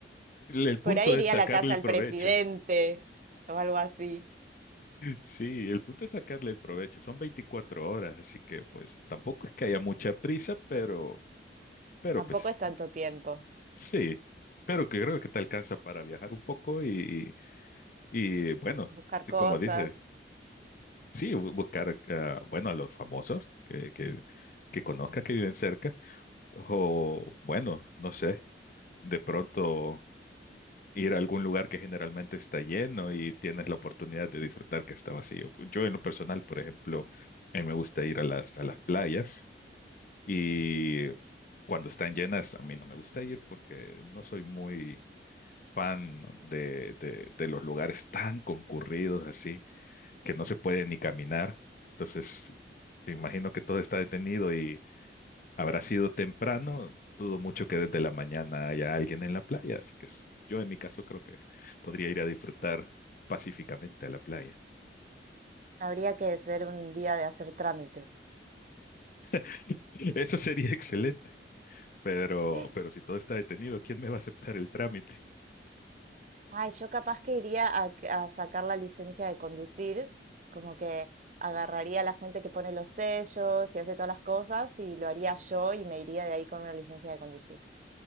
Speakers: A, on the left; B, on the right.
A: El punto
B: Por ahí
A: es
B: iría
A: sacarle
B: a la casa del
A: provecho.
B: presidente o algo así.
A: Sí, el punto es sacarle el provecho. Son 24 horas, así que pues tampoco es que haya mucha prisa, pero, pero
B: Tampoco
A: pues
B: es tanto
A: eh,
B: tiempo.
A: sí. Pero que creo que te alcanza para viajar un poco y, y y, bueno,
B: Buscar cosas.
A: como dices, sí, bu- buscar, ah, bueno, a los famosos que, que, que conozca, que viven cerca, o bueno, no sé, de pronto. ir a algún lugar que generalmente está lleno y tienes la oportunidad de disfrutar que está vacío. Yo en lo personal, por ejemplo, a mí me gusta ir a las, a las playas y cuando están llenas a mí no me gusta ir porque no soy muy fan de, de, de los lugares tan concurridos así que no se puede ni caminar. Entonces, te imagino que todo está detenido y Habrá sido temprano, dudo mucho que desde la mañana haya alguien en la playa, así que s- yo en mi caso creo que podría ir a disfrutar pacíficamente a la playa.
B: Habría que ser un día de hacer trámites.
A: <laughs> Eso sería excelente, pero,
B: <gasps>
A: pero si todo está detenido, ¿quién me va a aceptar el trámite?
B: Ay, yo capaz que iría a, a sacar la licencia de conducir, como que agarraría a la gente que pone los sellos y hace todas las cosas y lo haría yo y me iría de ahí con una licencia de conducir.